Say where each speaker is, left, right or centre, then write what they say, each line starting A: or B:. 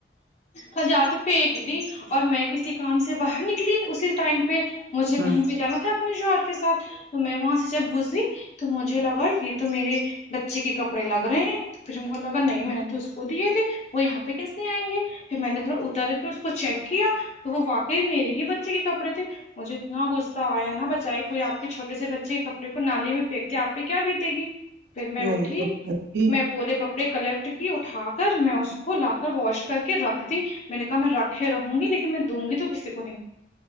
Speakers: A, on the left; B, on the right.
A: ہاں جا کے پھینک دی اور میں کسی کام سے باہر نکلی اسی ٹائم پہ مجھے کہیں
B: ہوں
A: پہ جانا تھا اپنے شوہر کے ساتھ تو میں وہاں سے جب گزری تو مجھے لگا یہ تو میرے بچے کے کپڑے لگ رہے ہیں تو پھر میرے کو لگا نہیں میں نے تو اس کو دیے تھے وہ یہاں پہ کیسے آئیں گے پھر میں نے تھوڑا اتر کے اس کو چیک کیا تو وہ واقعی میرے ہی بچے چ کے کپڑے تھے مجھے اتنا غصہ آیا نا بچائی کوئی آپ کے چھوٹے سے بچے کے کپڑے کو نالی میں پھیک دے آپ پہ کیا بیتے گی پھر میں
B: یہی
A: اٹھی
B: تو بازی
A: میں پورے کپڑے کلیکٹ کی اٹھا کر میں اس کو لا کر واش کرکے رکھ دی میں نے کہا میں راکھے رہوں گی لیکن میں دوں گی تو کسی کو نہیں